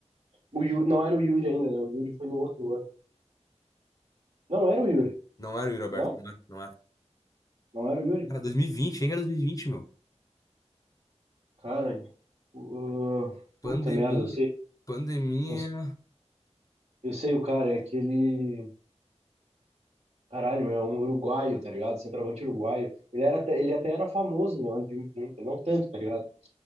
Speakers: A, on the right (about 60°); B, on the left (about 30°).
A: O Yuri, não era o Yuri ainda, né? O Yuri foi no outro ano. Não era o Yuri.
B: Não era o Yuri Alberto,
A: Não?
B: não era. não era.
A: Não era o Yuri.
B: Cara, 2020, quem era dois mil e vinte meu?
A: Cara, uh,
B: Pandemia,
A: puta merda, eu sei.
B: pandemia...
A: Eu, eu sei o cara, é aquele. Caralho, meu, é um uruguaio, tá ligado? Centroavante uruguaio. Ele, era, até- ele até era famoso, meu, antes de vir pro Inter. Não tanto, tá ligado?